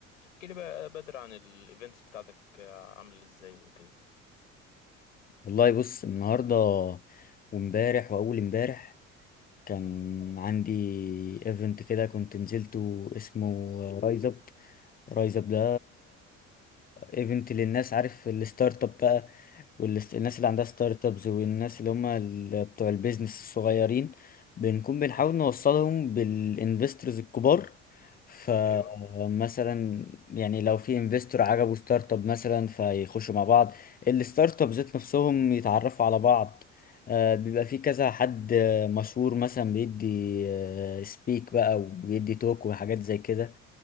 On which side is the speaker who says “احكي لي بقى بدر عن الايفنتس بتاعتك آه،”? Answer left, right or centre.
Left